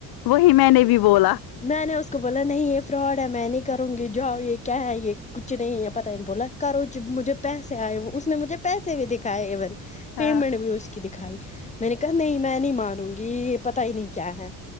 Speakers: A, on the left; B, on the left.
A: وہی میں نے بھی بولا
B: میں نے اس کو بولا نہیں یہ فراڈ ہے میں نہیں کروں گی جاؤ یہ کیا ہے یہ کچھ نہیں پتا ہی بولا وہ جو مجھے پیسے آئے اس نے مجھے پیسے بھی دکھائے ایون
A: ہاں
B: پیمنٹ بھی اس کی دکھائی میں نے کہا نہیں میں نہیں مانوں گی یہ پتا ہی نہیں کیا ہے